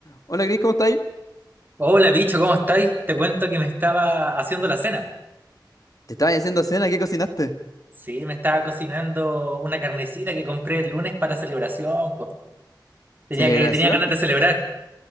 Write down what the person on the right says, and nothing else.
Hola bicho, ¿cómo estáis? Te cuento que me estaba haciendo la cena.
Sí, me estaba cocinando una carnecita que compré el lunes para celebración, pues. Tenía
que, tenía ganas de celebrar.